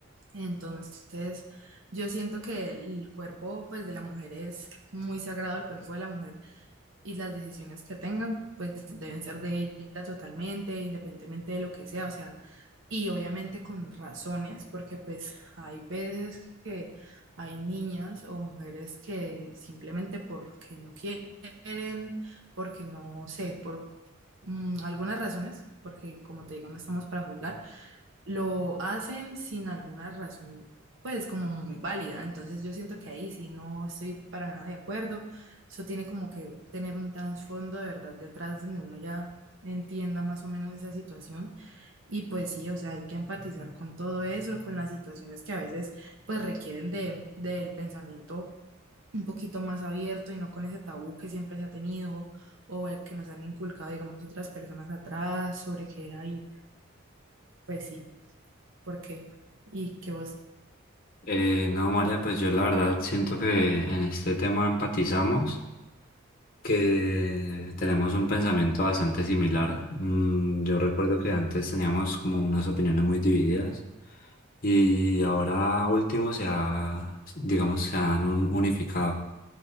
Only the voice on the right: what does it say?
Entonces, yo siento que el cuerpo pues de la mujer es muy sagrado, el cuerpo de la mujer y las decisiones que tengan, pues deben ser de ella totalmente, independientemente de lo que sea, o sea, y obviamente con razones, porque pues hay veces que hay niñas o mujeres que simplemente porque no quieren, porque no sé, por mm, algunas razones, porque como te digo, no estamos para juzgar lo hacen sin alguna razón, pues como muy válida. Entonces yo siento que ahí sí no estoy para nada de acuerdo. Eso tiene como que tener un trasfondo de verdad detrás donde uno ya entienda más o menos esa situación. Y pues sí, o sea, hay que empatizar con todo eso, con las situaciones que a veces pues requieren de, del pensamiento un poquito más abierto y no con ese tabú que siempre se ha tenido o el que nos han inculcado, digamos, otras personas atrás sobre que hay, pues sí. ¿Por qué? Y que vos,